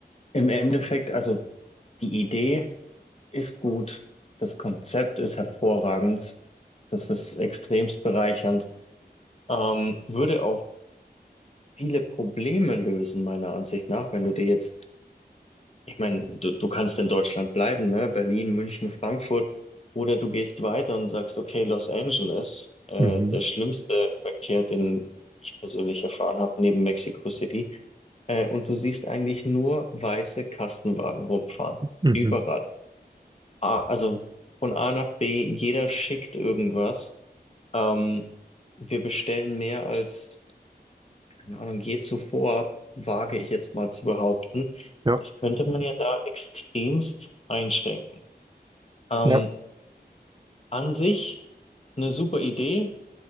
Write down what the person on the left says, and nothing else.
Im Endeffekt, also die Idee ist gut, das Konzept ist hervorragend, das ist extremst bereichernd, ähm, würde auch viele Probleme lösen, meiner Ansicht nach, wenn du dir jetzt, ich meine, du, du kannst in Deutschland bleiben, ne? Berlin, München, Frankfurt, oder du gehst weiter und sagst, okay, Los Angeles, äh,
der schlimmste Verkehr, den ich persönlich erfahren habe, neben Mexico City, äh, und du siehst eigentlich nur weiße Kastenwagen rumfahren.
Überall. A, also von A nach B, jeder schickt irgendwas. Ähm, wir bestellen mehr als, keine Ahnung, je zuvor, wage ich jetzt mal zu behaupten.
Das könnte man ja da extremst einschränken. Ähm,
an sich eine super Idee.